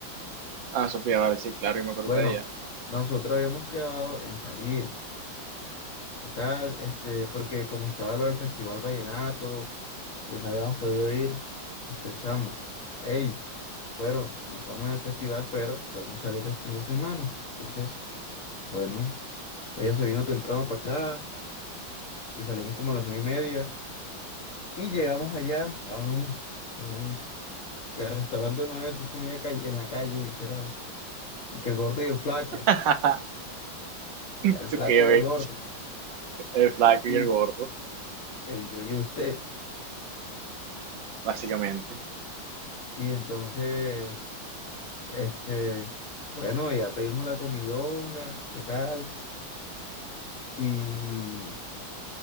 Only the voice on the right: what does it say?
Ah, Sofía, vale, sí, claro, yo me acuerdo
de ella.
<laughs>
su
que,
güey,
el flaco
y el gordo,
básicamente.